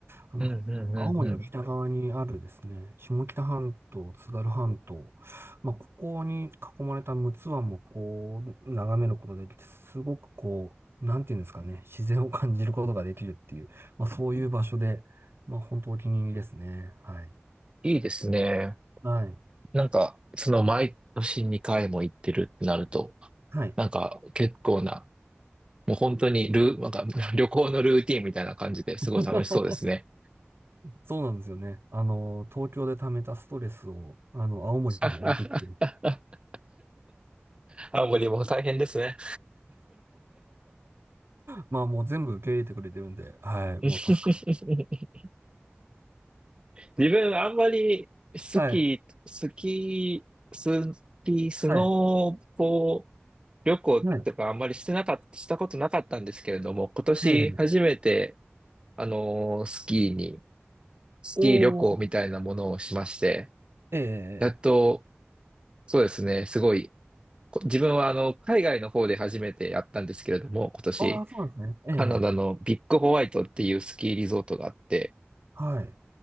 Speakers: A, on the right (about 65°); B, on the right (about 25°).
A: あの、
B: うんうんうんうん。
A: 青森の北側にあるですね、下北半島、津軽半島、まあ、ここに囲まれた陸奥湾もこう、眺めることができて、すごくこう、なんていうんですかね、自然を感じることができるっていう、まあ、そういう場所で、まあ、本当お気に入りですね。はい。
B: いいですね。
A: はい。
B: なんか、その毎年2回も行ってるってなると、
A: はい。
B: なんか結構な、もう本当にルー、なんか <laughs> 旅行のルーティンみたいな感じですごい楽しそうですね。
A: <laughs> そうなんですよね。あの、東京で溜めたストレスを、あの、青森に置いていて
B: <laughs> 青森も大変ですね。
A: まあもう全部受け入れてくれてるんで、はい、
B: <laughs>
A: もう助かる。
B: 自分あんまりスキー、
A: はい、
B: スキー、スキー、スノーボ
A: はい、
B: 旅行とかあんまりしてなかった、
A: はい、
B: したことなかったんですけれども、今年初めて、
A: ええ、
B: あのースキーに、スキー旅行みたいなものをしまして、
A: おー、ええ、
B: やっと、そうですね、すごい、こ自分はあの、海外の方で初めてやったんですけれども、今年、
A: ああ、そうなんですね。
B: カナダのビッグホワイトっていうスキーリゾートがあって、
A: ええ、はい。